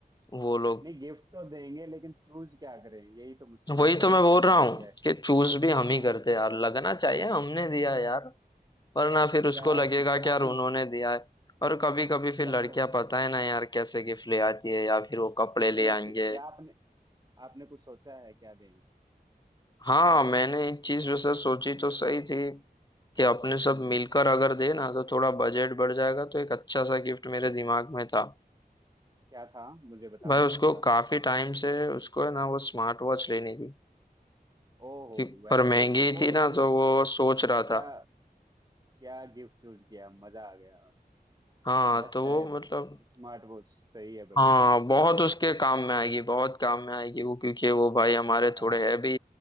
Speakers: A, on the left; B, on the right.
A: वो लोग
B: नहीं गिफ्ट तो देंगे लेकिन चूज क्या करें यही तो मुश्किल
A: वही
B: होता है
A: तो
B: ना
A: मैं बोल
B: इसको क्या
A: रहा हूँ
B: दिया है
A: कि चूज भी हम
B: हाँ
A: ही करते यार लगना चाहिए हमने
B: अच्छा
A: दिया यार वरना फिर उसको
B: क्या
A: लगेगा
B: जूता-
A: कि यार
B: आपने
A: उन्होंने दिया है और कभी कभी फिर
B: क्या
A: लड़कियां
B: सो
A: पता है ना यार कैसे गिफ्ट ले आती है या फिर वो कपड़े ले
B: चलो
A: आएंगे
B: ठीक फिर आपने आपने कुछ सोचा है क्या दें
A: हाँ मैंने इस चीज वैसे सोची तो सही थी कि अपने सब
B: हम्म
A: मिलकर
B: क्या
A: अगर दे ना तो थोड़ा बजट बढ़ जाएगा तो एक अच्छा सा गिफ्ट मेरे दिमाग में था
B: क्या था मुझे बताओगे
A: भाई उसको
B: थोड़ा
A: काफी टाइम से उसको है ना वो स्मार्ट वॉच लेनी थी
B: ओहो
A: कि
B: वेरी
A: पर महंगी
B: गुड बहुत
A: थी ना
B: ही
A: तो
B: क्या
A: वो सोच
B: क्या
A: रहा था
B: क्या गिफ्ट चूज किया मजा आ गया
A: हाँ
B: मस्त
A: तो वो
B: है
A: मतलब
B: स्मार्ट वॉच सही है बढ़िया
A: हाँ
B: है
A: बहुत
B: ठीक
A: उसके
B: है
A: काम में आएगी बहुत काम में आएगी वो क्योंकि वो भाई हमारे
B: हाँ
A: थोड़े
B: हाँ
A: है भी